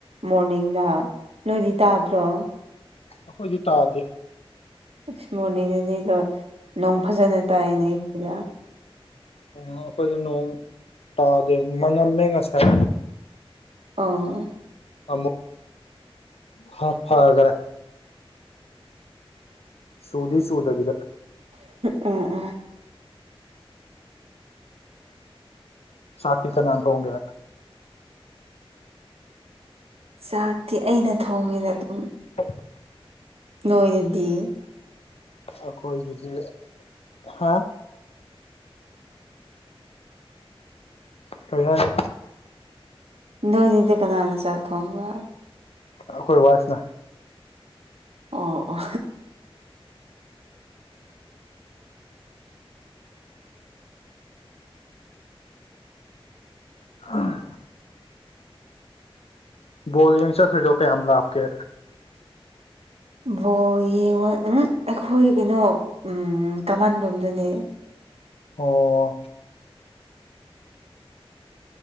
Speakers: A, on the right; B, on the left.
A: ꯃꯣꯔꯅꯤꯡꯗ ꯅꯣꯏꯗꯤ ꯇꯥꯗ꯭ꯔꯣ
B: ꯑꯩꯈꯣꯏꯗꯤ ꯇꯥꯗꯦ
A: ꯑꯁ ꯃꯣꯔꯅꯤꯡꯗꯗꯤ ꯂꯣꯏ ꯅꯣꯡ ꯐꯖꯅ ꯇꯥꯏꯅꯦ ꯑꯩꯈꯣꯏꯗ
B: ꯎꯝ ꯑꯈꯣꯢꯗꯤ ꯅꯣꯡ ꯇꯥꯗꯦ ꯃꯪ ꯉꯝꯃꯦ ꯉꯁꯥꯏ
A: ꯑꯥ
B: ꯑꯃꯨꯛ ꯍꯥ ꯐꯒꯥꯔꯦ ꯆꯨꯗꯤ ꯆꯨꯗꯕꯤꯗ
A: ꯎꯝ ꯎꯝ
B: ꯆꯥꯛꯇꯤ ꯀꯅꯥꯥ ꯊꯣꯡꯒꯦ
A: ꯆꯥꯛꯇꯤ ꯑꯩꯅ ꯊꯣꯡꯉꯤꯗ ꯑꯗꯨꯝ
B: <inaudible>
A: ꯅꯣꯏ ꯗꯨꯗꯤ
B: ꯑꯩꯈꯣꯏ ꯗꯨꯗꯤ ꯍꯥ ꯀꯩ ꯍꯥꯏꯅꯣ
A: ꯅꯣꯏꯗꯤꯗ ꯀꯅꯥꯅ ꯆꯥꯛ ꯊꯣꯡꯕ
B: ꯑꯩꯈꯣꯏ ꯋꯥꯏꯐꯅ
A: ꯑꯣ ꯑꯣ
B: ꯑ ꯕꯣꯜ ꯌꯦꯡ ꯆꯠꯈꯔꯤꯗꯣ ꯀꯦꯌꯥꯝ ꯂꯥꯞꯀꯦ
A: ꯕꯣꯜ ꯌꯦꯡꯉꯣ ꯎꯝ ꯑꯩꯈꯣꯏ ꯀꯩꯅꯣ ꯀꯃꯥꯟ ꯔꯣꯝꯗꯅꯦ
B: ꯑꯣ